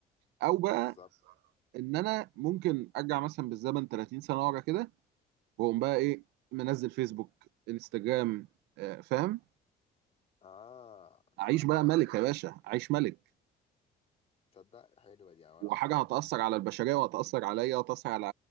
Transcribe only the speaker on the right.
او بقى
ان انا ممكن ارجع مثلا بالزمن 30 سنه ورا كده واقوم بقى ايه منزل فيسبوك انستجرام آه، فاهم
اعيش
بقى ملك يا باشا اعيش ملك
وحاجه
هتاثر على البشريه وهتاثر عليا وهتاثر على